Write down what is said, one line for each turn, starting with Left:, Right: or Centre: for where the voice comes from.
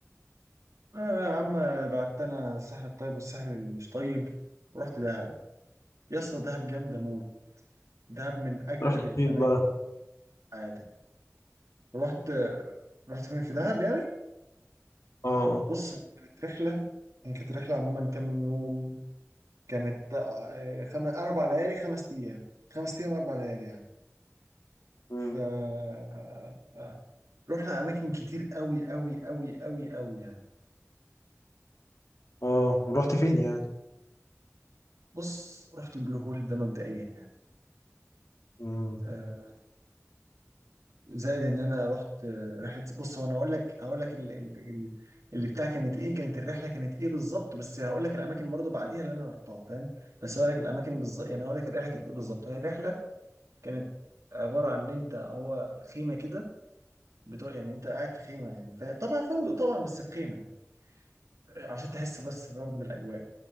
Right: آه يا عم بعت انا الساحل الطيب والساحل اللي مش طيب ورحت دهب يا اسطى دهب جامده موت دهب من اجمد
Left: رحت
Right: الاماكن
Left: فين بقى
Right: في حياتك رحت رحت فين في دهب يعني
Left: اه
Right: بص كانت رحله هي كانت رحله عموما كام يوم كانت آه، خم... اربع ليالي خمس ايام خمس ايام اربع ليالي يعني
Left: مم.
Right: ف آه، آه، رحنا اماكن كتير قوي قوي قوي قوي قوي يعني
Left: اه ورحت فين يعني
Right: بص رحت البلو هول ده مبدئيا يعني
Left: امم
Right: آه، زائد ان انا رحت رحله بص هو انا اقول لك هقول لك ال- ال- ال- اللي بتاع كانت ايه كانت الرحله كانت ايه بالظبط بس هقول لك الاماكن برضو بعديها اللي انا رحتها فاهم بس هقول لك الاماكن بالظبط يعني هقول لك الرحله كانت ايه بالظبط هي الرحله كانت عباره عن ان انت هو خيمه كده بتوع يعني انت قاعد في خيمه يعني ف- طبعا فندق طبعا بس في خيمه يعني عشان تحس بس برضه بالاجواء